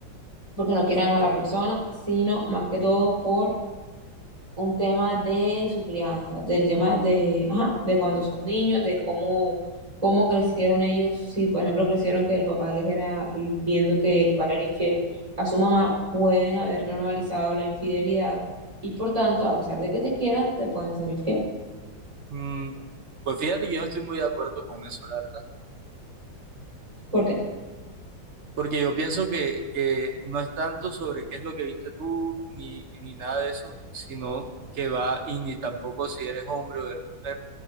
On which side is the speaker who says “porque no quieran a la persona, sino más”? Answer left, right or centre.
Right